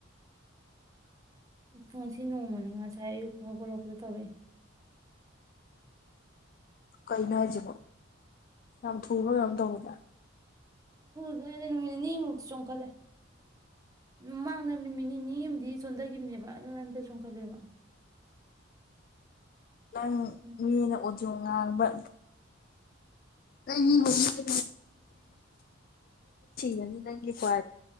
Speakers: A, on the right; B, on the left.
A: ꯑ ꯉꯁꯤ ꯅꯣꯡꯃꯅꯤ ꯉꯁꯥꯏ ꯑꯌꯨꯛ ꯍꯧꯒꯠꯂꯛꯄꯗ ꯇꯧꯔꯛꯑꯦ
B: ꯀꯩꯅꯣ ꯍꯥꯏꯁꯤꯕꯣ ꯌꯥꯝ ꯊꯨꯕ ꯉꯩꯅꯝ ꯇꯧꯕꯗ
A: ꯍ ꯑꯩꯅ ꯅꯨꯃꯤꯠ ꯅꯤꯅꯤꯃꯨꯛꯇ ꯆꯣꯡꯈꯠꯂꯦ ꯃꯃꯥꯡꯗ ꯅꯨꯃꯤꯠ ꯅꯤꯅꯤ ꯑꯃꯗꯤ ꯆꯣꯟꯊꯈꯤꯕꯅꯦꯕ ꯑꯗꯨꯅ ꯑꯝꯇ ꯆꯣꯡꯈꯠꯂꯦꯕ <unintelligible> <inaudible>
B: ꯅꯪ
A: ꯎꯝ
B: ꯃꯤꯅ ꯑꯣꯗꯤ ꯉꯥꯡꯕ ꯅ ꯅ ꯈꯨꯁꯤ ꯀꯅꯤ ꯅ ꯅꯨꯄꯥ